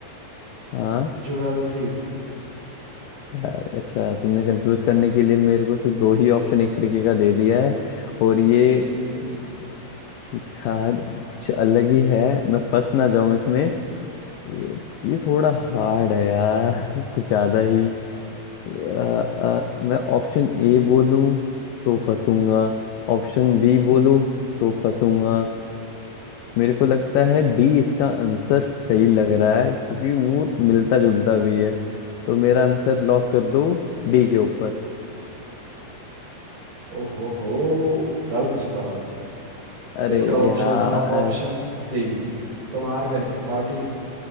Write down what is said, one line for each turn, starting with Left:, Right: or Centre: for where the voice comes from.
Left: हाँ
Right: ज्वेल थीफ
Left: यार अच्छा तुमने कंफ्यूज करने के लिए मेरे को सिर्फ दो ही ऑप्शन एक तरीके का दे दिया है और ये
Right: हम्म
Left: यार कुछ अलग ही है मैं फंस ना जाऊं इसमें ये, ये थोड़ा हार्ड है यार <laughs> कुछ ज्यादा ही अ, अ, मैं ऑप्शन ए बोलूं तो फंसूंगा ऑप्शन बी बोलूं तो फंसूंगा मेरे को लगता है डी इसका आंसर सही लग रहा है क्योंकि वो मिलता जुलता भी है तो मेरा आंसर लॉक कर दो डी के ऊपर
Right: ओहो हो गलत जवाब
Left: अरे
Right: इसका ऑप्शन
Left: यार
Right: था ऑप्शन सी तुम हार गए पार्टी